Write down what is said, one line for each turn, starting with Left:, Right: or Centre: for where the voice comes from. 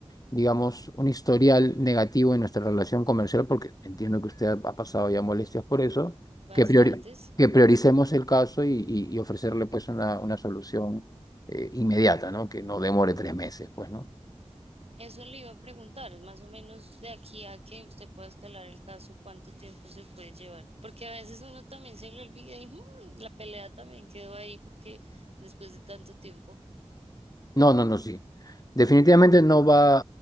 Left: digamos, un historial negativo en nuestra relación comercial, porque entiendo que usted ha ha pasado ya molestias por eso,
Right: bastantes.
Left: que priori- que prioricemos el caso y, y- y ofrecerle pues una, una solución eh, inmediata, ¿no? Que no demore tres meses, pues, ¿no?
Right: Eso le iba a preguntar, más o menos de aquí a que usted pueda escalar el caso, cuánto tiempo se puede llevar, porque a veces uno también se le olvida y "Mm, la pelea también quedó ahí porque después de tanto tiempo.
Left: No, no, no, sí. Definitivamente no va